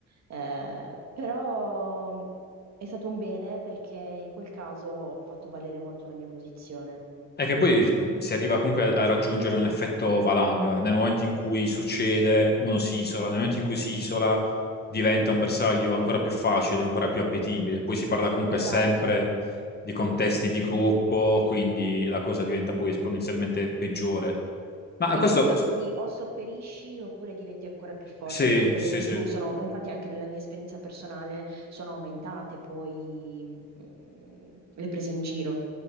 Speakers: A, on the right; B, on the left.
A: eh, però è stato un bene perché in quel caso ho fatto valere molto la mia posizione.
B: È che poi si arriva comunque a raggiungere un effetto valanga. Nel momento in cui succede, uno si isola, nel momento in cui si isola diventa un bersaglio ancora più facile, ancora più appetibile. Poi si parla comunque
A: Esatto.
B: sempre di contesti di gruppo, quindi la cosa diventa poi esponenzialmente peggiore. Ma
A: In
B: questo,
A: quel caso lì o sopperisci oppure diventi ancora più forte,
B: sì,
A: perché come
B: sì,
A: hai detto
B: sì.
A: tu, sono, infatti anche nella mia esperienza personale sono aumentate poi mm, le prese in giro.